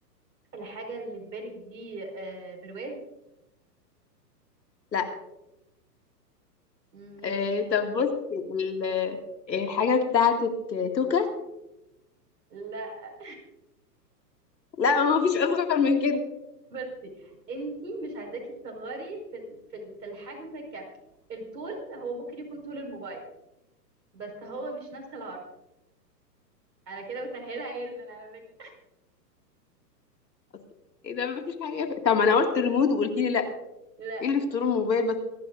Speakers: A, on the right; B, on the left.
A: الحاجة اللي في بالك دي آه، برواز
B: لا
A: مم، ماشي
B: آه طب بصي ال- آه، الحاجه بتاعتك توكه
A: لا
B: لا ما فيش اصغر من كده
A: بصي انت مش عايزاكي تصغري في ال- في ال- في الحجم ك الطول هو ممكن يكون طول الموبايل بس هو مش نفس العرض انا كده بسهلها جدا على فكرة
B: أصل ايه ده ما فيش حاجه طب ما انا قلت ريموت وقلت لي لا
A: لا
B: ايه اللي في طول الموبايل بس